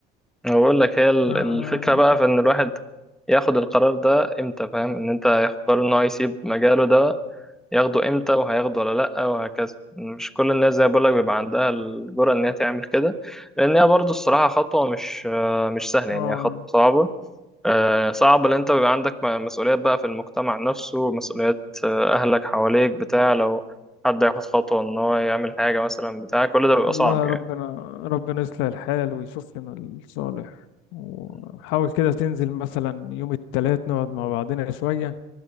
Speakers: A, in the centre; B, on the left.
A: أنا بقول لك هي ال-
B: آه.
A: الفكرة بقى في إن الواحد ياخد القرار ده إمتى فاهم إن أنت ياخد قرار إن هو يسيب مجاله ده ياخده إمتى وهياخده ولا لأ وهكذا مش كل الناس زي ما بقول لك بيبقى عندها الجرأة إن هي تعمل كده لأن هي برضه الصراحة خطوة مش آه، مش سهلة
B: آه.
A: يعني هي خطوة صعبة آه، صعب ان انت بيبقى عندك م- مسؤوليات بقى في المجتمع نفسه مسؤوليات آه، اهلك حواليك بتاع لو حد ياخد خطوة ان هو يعمل حاجة مثلا بتاع كل ده بيبقى
B: والله
A: صعب يعني
B: ربنا ربنا يصلح الحال ويشوف لنا الصالح وحاول
A: مم.
B: كده تنزل مثلا يوم التلات نقعد مع بعضنا شوية